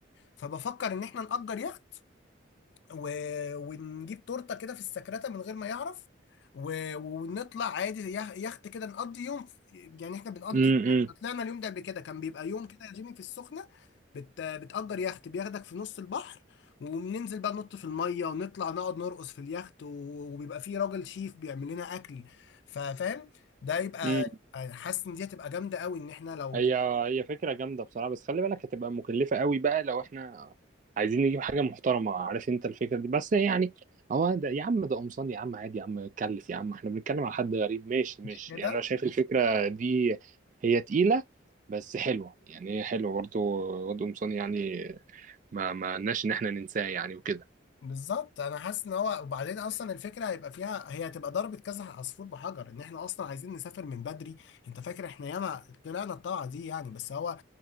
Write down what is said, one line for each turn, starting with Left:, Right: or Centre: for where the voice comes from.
Left: فبفكر ان احنا نأجر يخت و... ونجيب تورته كده في السكرته من غير ما يعرف و... ونطلع عادي يخ- يخت كده نقضي يوم في... يعني احنا بنقضي
Right: امم
Left: احنا طلعنا اليوم ده قبل كده كان بيبقى يوم كده يا جيمي في السخنه بت... بتأجر يخت بياخدك في نص البحر وبننزل بقى ننط في الميه ونطلع نقعد نرقص في اليخت و... وبيبقى فيه راجل شيف بيعمل لنا اكل فاهم ده يبقى
Right: امم
Left: حاسس ان دي هتبقى جامده قوي ان احنا لو
Right: هي هي فكرة جامدة بصراحة بس خلي بالك هتبقى مكلفة قوي بقى لو احنا عايزين نجيب حاجة محترمة عارف انت الفكرة دي بس يعني هو ده يا عم ده قمصان يا عم عادي يا عم اتكلف يا عم احنا بنتكلم على حد غريب ماشي ماشي
Left: مش كده
Right: يعني انا شايف الفكرة دي هي تقيلة بس حلوة يعني هي حلوة برضه واد قمصان يعني ما ما لناش ان احنا ننساه يعني وكده
Left: بالظبط انا حاسس ان هو وبعدين اصلا الفكره هيبقى فيها هي هتبقى ضربه كذا عصفور بحجر ان احنا اصلا عايزين نسافر من بدري انت فاكر احنا ياما طلعنا الطلعه دي يعني بس هو